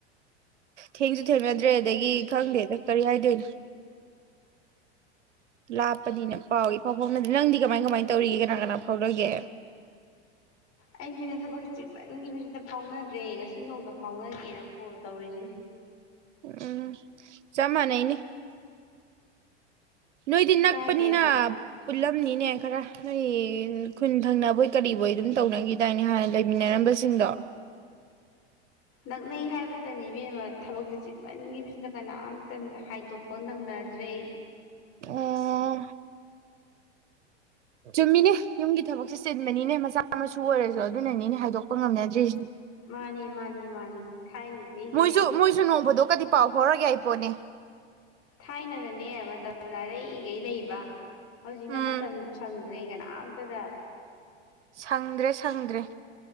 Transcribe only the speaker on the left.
ꯑꯩꯖꯨꯅꯦ ꯊꯕꯛꯁꯦ ꯆꯤꯟꯃꯟꯒꯤꯕꯖꯤꯗ ꯐꯥꯎꯅꯗ꯭ꯔꯦ ꯉꯁꯤ ꯅꯣꯡꯗ ꯐꯥꯎꯅꯒꯦꯅ ꯀꯣꯜ ꯇꯧꯔꯤꯖꯤꯅꯤ
ꯀꯥꯏꯗꯒꯤ
ꯅꯛꯅꯩ ꯍꯥꯏꯕꯇ ꯏꯕꯦꯝꯃ ꯊꯕꯛꯁꯦ ꯆꯤꯃꯟꯒꯤꯕꯁꯤꯗ ꯀꯅꯥꯝꯇ ꯍꯥꯏꯗꯣꯛꯄ ꯅꯪꯅꯗ꯭ꯔꯦ
<unintelligible>
ꯃꯥꯅꯦ ꯃꯥꯅꯤ ꯃꯥꯅꯦ ꯊꯥꯏꯅꯗꯤ ꯍꯦꯛ
ꯊꯥꯏꯅꯅꯅꯦ ꯃꯇꯝꯅ ꯑꯔꯩꯒꯩ ꯂꯩꯕ ꯍꯧꯖꯤꯛꯅ
ꯃꯇꯝ ꯁꯪꯗ꯭ꯔꯦ ꯀꯅꯥꯝꯇꯗ